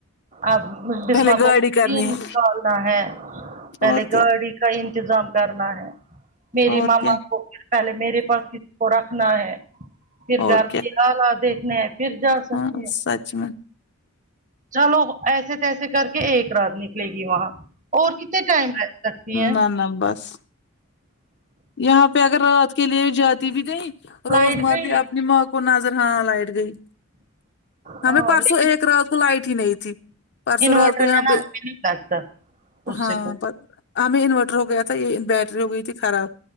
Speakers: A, on the right; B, on the left.
A: اب بسما
B: پہلے گاڑی
A: کو تین
B: کرنی ہے
A: نکالنا ہے پہلے
B: اور کیا
A: گاڑی کا انتظام کرنا ہے میری
B: اور
A: ماما
B: کیا
A: کو پہلے میرے پاس کسی کو رکھنا ہے پھر
B: اور
A: گھر
B: کیا
A: کی حالات دیکھنے ہیں پھر جا سکتی
B: ہاں
A: ہے
B: سچ میں
A: چلو ایسے تیسے کر کے ایک رات نکلے گی وہاں اور کتنے ٹائم ره سکتی ہیں
B: نہ نہ بس یہاں پہ اگر رات کے لیے جاتی بھی نہیں روز
A: لائٹ
B: مرہ
A: گئی
B: اپنی ماں کو کو نظر ہاں لائٹ گئی ہمیں
A: ہاں
B: پرسوں
A: لیکن
B: ایک رات کو لائٹ ہی نہیں تھی پرسوں
A: انورٹر
B: رات کو یہاں
A: ہے نا
B: پہ
A: ہمیں نہیں لگتا اس
B: ہاں
A: سے کچھ
B: پر ہمیں انورٹر ہو گیا تھا یہ بیٹری ہو گئی تھی خراب